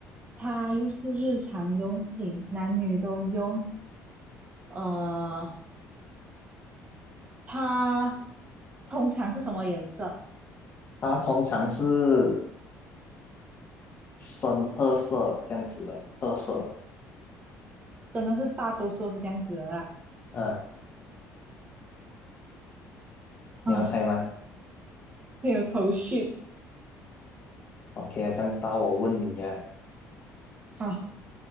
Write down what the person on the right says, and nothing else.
它又是日常用品，男女都用。呃，它通常是什么颜色？
真的是大多数是这样子的啦，
啊，没有头绪。
好，